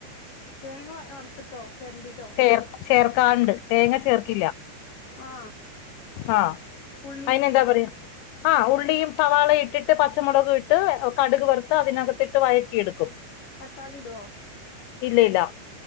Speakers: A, on the left; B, on the left.
A: തേങ്ങ വറുത്തിട്ടോ ചെരണ്ടിട്ടോ
B: ഏർ ചേർക്കാണ്ട്. തേങ്ങ ചേർക്കില്ല.
A: ആ.
B: ആ.
A: ഉള്ളീക്ക്
B: അയിനെന്താ പറിയാ? ആ ഉള്ളിയും സവാളയ്ട്ടിട്ട് പ ച്ചമുളകു ഇട്ട് കട്ക് വറുത്തതിനകത്തിട്ട് വഴറ്റി എടുക്കും.
A: തക്കാളിട്വോ?
B: ഇല്ലയില്ല.